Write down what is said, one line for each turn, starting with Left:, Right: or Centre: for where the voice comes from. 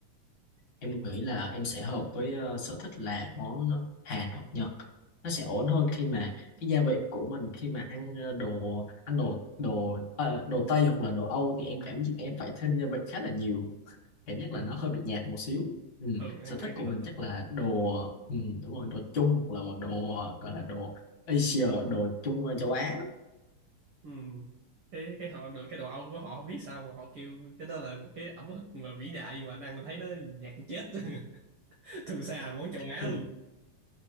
Left: em nghĩ là em sẽ hợp với ờ, sở thích là món ờ, Hàn hoặc Nhật nó sẽ ổn hơn khi mà cái gia vị của mình khi mà ăn ờ, đồ ăn đồ đồ ờ, đồ Tây hoặc là đồ Âu thì em cảm giác em phải thêm gia vị khá là nhiều cảm giác
Right: ừ.
Left: là nó hơi bị nhạt một xíu ừ.
Right: thường ăn
Left: sở thích
Right: ăn
Left: của
Right: cái đồ
Left: mình chắc là đồ ừ, đúng rồi đồ Trung hoặc là đồ ờ, gọi là đồ Asia đồ Trung ờ, châu Á
Right: ừ. cái cái họ được cái đồ Âu của họ không biết sao mà họ kêu cái đó là một cái ẩm thực mà vĩ đại nhưng mà anh ăn thấy nó nhạt chết <laughs> thù xa món châu Á
Left: nhưng
Right: luôn